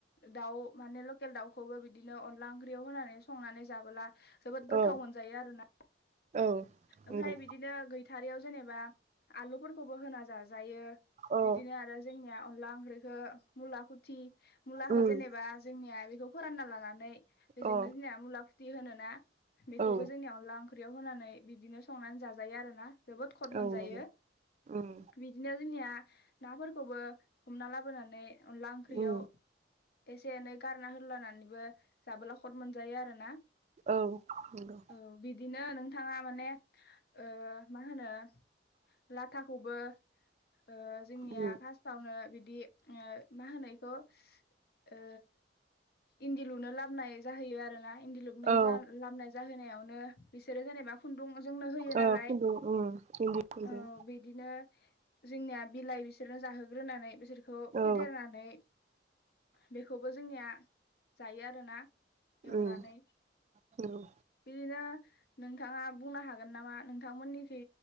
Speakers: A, on the left; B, on the right.
A: दाउ माने लकेल दाउखौबो बिदिनो अनला ओंख्रियाव होनानै संनानै जाबोला जोबोद गोथाव
B: ओ
A: मोनजायो आरोना
B: औ
A: ओमफ्राय
B: नंगौ
A: बिदिनो गैथारैयाव जो जेनेबा आलुफोरखौबो होना जा ज जायो
B: अ
A: बिदिनो आरो जोंनिया अनला ओंख्रैखो मुलाखुथि मुलाखो
B: उम
A: जेनेबा जोंनिया बेखौ फोरानना लानानै बेजोंनो
B: अ
A: जोंनिया मुला खुथि होनोना बेखौबो
B: औ
A: जोंनिया अनला ओंख्रि बेयाव होनानै बिदिनो संनानै जाजायो आरो ना जोबोद कद मोनजायो
B: औ नंगौ उम
A: बिदिनो जोंनिया नाफोरखौबो हमना लाबोनानै अनला ओंख्रियाव
B: उम
A: एसे एनै गारना होलानानैबो। जाबोला खद मोनजायो आरोना
B: औ नंगौ
A: औ बिदिनो नोंथां। थांङा माने ओ मा होनो लाथाखौबो ओ जोंनिया
B: उम
A: फार्स्टावनो बिदि ओ मा होनायखौ ओ इन्दि लुनो लाबोननाय जाहैयो आरोना। इन्दि लुनो
B: औ
A: लामबोनाय। बिसोरो जेनेबा खुन दुं जोंनो होयो
B: ओ
A: नालाय
B: खुन्दुं उम इन्दि खुन्दुं
A: औ बिदिनो जोंनिया बिलाइ बिसोरनो जाहोग्रोनानै गिदिरखौ फेदेरनानै
B: औ
A: बेखौबो जोंनिया जाय आरो ना। एवनानै
B: उम नंगौ
A: बिदिनो नोंथांङा बुंनो हागोन नामा नोंथांमोननि खै